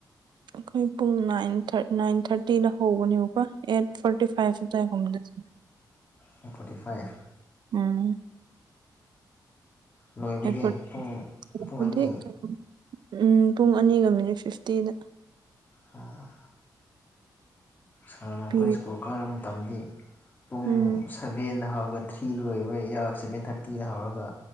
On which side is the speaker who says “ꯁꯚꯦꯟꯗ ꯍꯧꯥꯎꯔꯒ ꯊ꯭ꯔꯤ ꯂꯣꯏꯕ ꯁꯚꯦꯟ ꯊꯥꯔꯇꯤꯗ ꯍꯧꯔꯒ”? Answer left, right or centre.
Left